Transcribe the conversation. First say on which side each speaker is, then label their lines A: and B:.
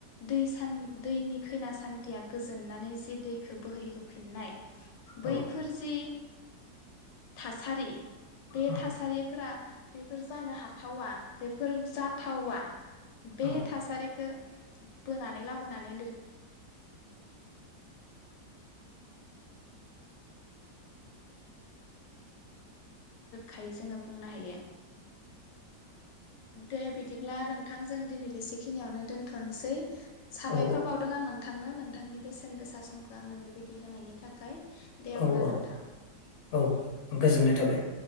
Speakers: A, on the left (about 80°); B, on the left (about 60°).
A: दै सान दैनि खैना सान्थिया गोजोननानै जि दैखौ बोहैहोफिननाय बैफोर
B: औ
A: जि थासारि बे
B: औ
A: थासारिफोरा बेफोर जानो हाथावा। बेफोर जाथावा। बे
B: औ
A: थासारिखो बोनानै लाबोनानै खायै जोङो बुंनो हायो। दे बिदिब्ला नोंथांजों दिनै बेसेखिनियावनो दोनथ'नसै। साबायखर
B: औ
A: बावदों आं नोंथांनो नों थांनि बेसेन गोसा समखौ आंनो बेबायदि होनायनि थाखाय। दे अब्ला
B: औ-औ-औ
A: नोंथां
B: गोजोननाय थाबाय।